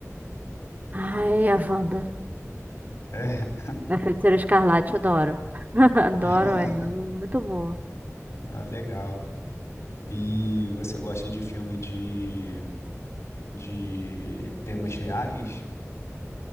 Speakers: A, on the right; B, on the left.
A: Ai, a Wanda.
B: É.
A: A Feiticeira Escarlate, adoro. <laughs> Adoro
B: <laughs>
A: ela, muito boa.
B: Ah, legal. E você gosta de filme de, de temas reais?